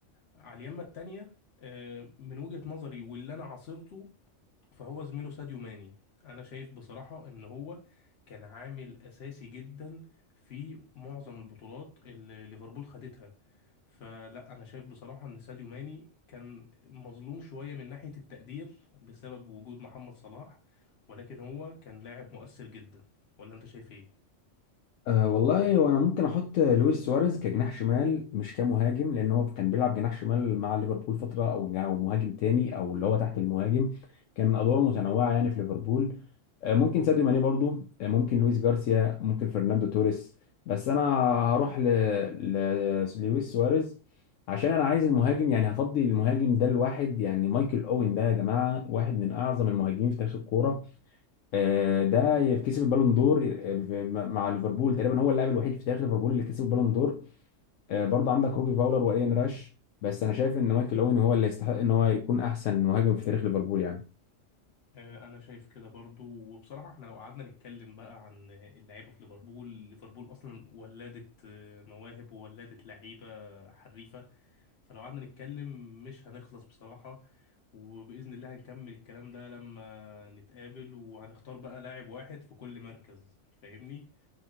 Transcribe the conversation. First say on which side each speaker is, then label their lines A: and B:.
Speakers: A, on the left (about 55°); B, on the left (about 75°).
A: على اليمة التانية آه، من وجهة نظري واللي أنا عاصرته فهو زميله ساديو ماني أنا شايف بصراحة إن هو كان عامل أساسي جدا في معظم البطولات اللي ليفربول خدتها فلا أنا شايف بصراحة إن ساديو ماني كان مظلوم شوية من ناحية التقدير بسبب وجود محمد صلاح ولكن هو كان لاعب مؤثر جدا ولا أنت شايف إيه؟
B: أه والله وانا ممكن احط لويس سواريز كجناح شمال مش كمهاجم لان هو كان بيلعب جناح شمال مع ليفربول فتره او او مهاجم تاني او اللي هو تحت المهاجم كان ادواره متنوعه يعني في ليفربول أه ممكن ساديو ماني برضو أه ممكن لويس جارسيا ممكن فرناندو توريس بس انا هروح ل... ل... لويس سواريز عشان انا عايز المهاجم يعني هفضي المهاجم ده لواحد يعني مايكل اوين ده يا جماعه واحد من اعظم المهاجمين في تاريخ الكوره آه، ده كسب البالون دور آه، في- مع ليفربول تقريبا هو اللاعب الوحيد في تاريخ ليفربول اللي كسب البالون دور آه، برضه عندك روبي فاولر وايان راش بس انا شايف ان مايكل اوين هو اللي يستحق ان هو يكون احسن مهاجم في تاريخ ليفربول يعني
A: آه، انا شايف كده برضو وبصراحه احنا لو قعدنا نتكلم بقى عن اللعيبه في ليفربول ليفربول اصلا ولدت آه، مواهب وولدت لعيبه حريفه فلو قعدنا نتكلم مش هنخلص بصراحه وباذن الله هنكمل الكلام ده لما نتقابل وهنختار بقى لاعب واحد في كل مركز فاهمني